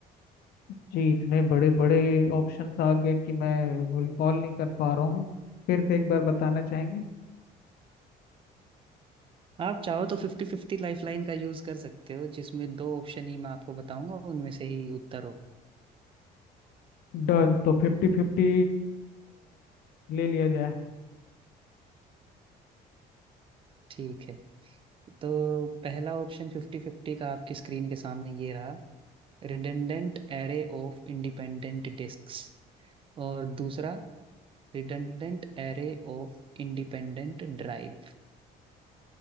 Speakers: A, on the left; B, on the right.
A: जी इतने बड़े बड़े ऑप्शंस आ गए कि मैं रिकॉल नहीं कर पा रहा हूँ फिर से एक बार बताना चाहेंगे
B: आप चाहो तो फिफ्टी फिफ्टी लाइफलाइन का यूज कर सकते हो जिसमें दो ऑप्शन ही मैं आपको बताऊंगा उनमें से ही उत्तर हो
A: डन तो फिफ्टी फिफ्टी ले लिया जाए
B: ठीक है तो पहला ऑप्शन फिफ्टी फिफ्टी का आपकी स्क्रीन के सामने ये रहा redundant array of independent disks और दूसरा redundant array of independent drive